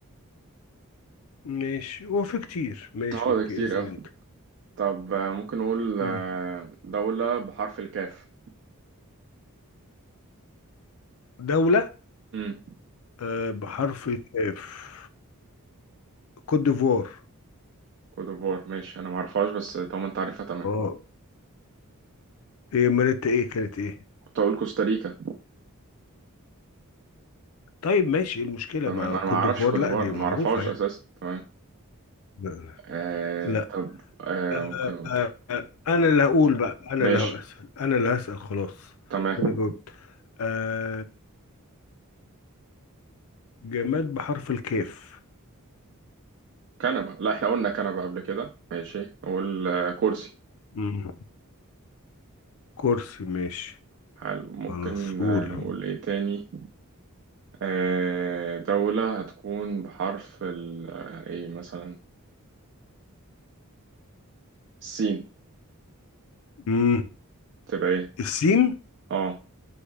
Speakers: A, on the left; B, on the right.
A: ماشي هو في كتير ماشي
B: أه
A: أوكي
B: ده كتير
A: اسأل
B: أوي
A: أنت
B: طب آه، ممكن نقول
A: مم.
B: آه، دولة بحرف الكاف
A: دولة
B: امم
A: آه، بحرف الكاف كوت ديفوار
B: كوتوفوار ماشي أنا معرفهاش بس طالما أنت عارفها تمام
A: اه ايه امال انت ايه كانت ايه
B: كنت أقول كوستاريكا
A: طيب ماشي ايه المشكلة
B: تمام
A: مع
B: أنا
A: كوت
B: معرفش
A: ديفوار
B: كوتوفوار
A: لا دي
B: أنا
A: معروفة
B: معرفهاش
A: يعني
B: أساسا تمام
A: لا
B: آه
A: لا
B: طب آه
A: آه،
B: ممكن اقول
A: آه، آه، انا اللي هقول بقى انا
B: ماشي
A: اللي هسأل انا اللي هسأل خلاص
B: تمام
A: انا جاوبت آه، جماد بحرف الكاف
B: كنبة لا احنا قلنا كنبة قبل كده ماشي نقول آه كرسي
A: مم. كرسي ماشي
B: حلو ممكن
A: خلاص قول
B: آه نقول ايه تاني آه دولة هتكون بحرف ال آه ايه مثلا السين
A: مم.
B: تبقى ايه
A: السين
B: اه